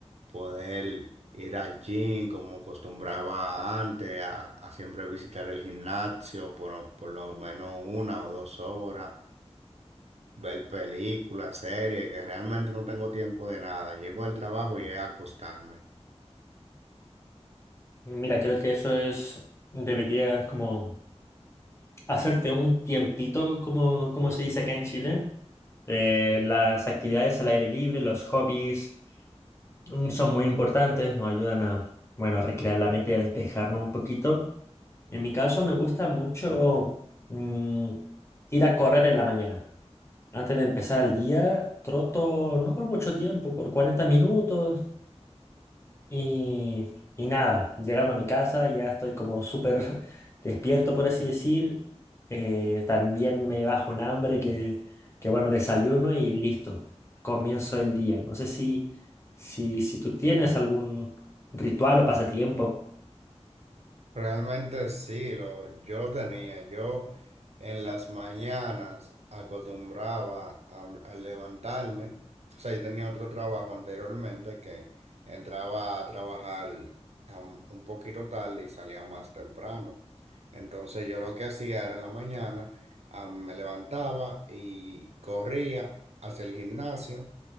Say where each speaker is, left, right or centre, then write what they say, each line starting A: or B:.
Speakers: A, on the right; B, on the left.
A: poder ir al gym como acostumbraba antes, a, a siempre visitar el gimnasio por, por lo menos una o dos horas, ver películas, series, que realmente no tengo tiempo de nada. Llego al trabajo y es a acostarme.
B: Mira, creo que eso es, deberías como hacerte un tiempito, como, como se dice acá en Chile. eh, las actividades al aire libre, los hobbies. Mm, Son muy importantes, nos ayudan a, bueno, a recrear la mente y a despejarnos un poquito. En mi caso me gusta mucho mm, ir a correr en la mañana. Antes de empezar el día, troto no por mucho tiempo, por 40 minutos, y, y nada, llegando a mi casa ya estoy como súper <laughs> despierto, por así decir. Eh, también me bajo un hambre que, que, bueno, desayuno y listo. Comienzo el día. No sé si, si, si tú tienes algún ritual o pasatiempo.
A: Realmente sí, lo, yo lo tenía. Yo en las mañanas acostumbraba a, a levantarme. O sea, yo tenía otro trabajo anteriormente que entraba a trabajar am, un poquito tarde y salía más temprano. Entonces yo lo que hacía era en la mañana, am, me levantaba y corría hacia el gimnasio.